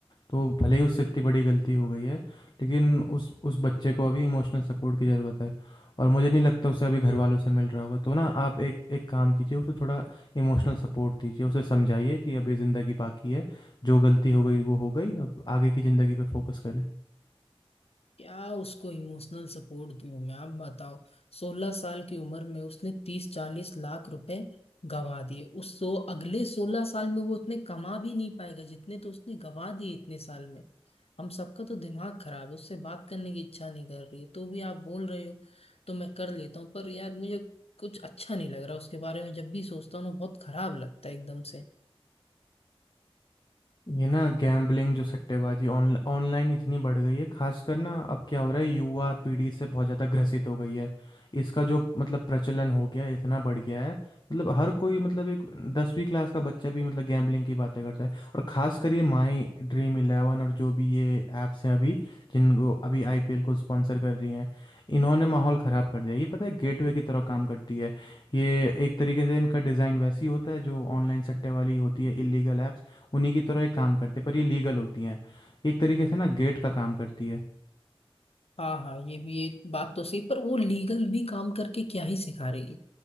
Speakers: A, on the left (about 45°); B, on the left (about 80°).
A: तो भले ही उससे इतनी बड़ी गलती हो गई है लेकिन उस उस बच्चे को अभी इमोशनल सपोर्ट की ज़रूरत है और मुझे नहीं लगता उसे अभी घर वालों से मिल रहा होगा तो ना आप एक एक काम कीजिए उसे थोड़ा इमोशनल सपोर्ट दीजिए उसे समझाइए कि अभी ज़िंदगी बाकी है जो गलती हो गई वो हो गई अब आगे की ज़िंदगी पे फोकस करें
B: क्या उसको इमोशनल सपोर्ट दूं मैं आप बताओ सोलह साल की उम्र में उसने तीस चालीस लाख रुपए गंवा दिए उस तो अगले सोलह साल में वो उतने कमा भी नहीं पाएगा जितने तो उसने गंवा दिए इतने साल में हम सबका तो दिमाग खराब है उससे बात करने की इच्छा नहीं कर रही है तो भी आप बोल रहे हो तो मैं कर लेता हूँ पर यार मुझे कुछ अच्छा नहीं लग रहा उसके बारे में जब भी सोचता हूँ ना बहुत खराब लगता है एकदम से।
A: ये ना गैम्बलिंग जो सट्टेबाजी ऑन ऑनलाइन इतनी बढ़ गई है खासकर ना अब क्या हो रहा है युवा पीढ़ी से बहुत ज़्यादा ग्रसित हो गई है इसका जो मतलब प्रचलन हो गया है इतना बढ़ गया है मतलब हर कोई मतलब एक दसवीं क्लास का बच्चा भी मतलब गैम्बलिंग की बातें करता है और खासकर ये माई ड्रीम इलेवन और जो भी ये ऐप्स हैं अभी जिनको अभी आईपीएल को स्पॉन्सर कर रही हैं इन्होंने माहौल ख़राब कर दिया ये पता है गेटवे की तरह काम करती है ये एक तरीके से इनका डिज़ाइन वैसी होता है जो ऑनलाइन सट्टे वाली होती है इलीगल ऐप्स उन्हीं की तरह एक काम करती है पर ये लीगल होती हैं एक तरीके से ना गेट का काम करती है
B: हाँ हाँ ये भी ये बात तो सही पर वो लीगल भी काम करके क्या ही सिखा रही है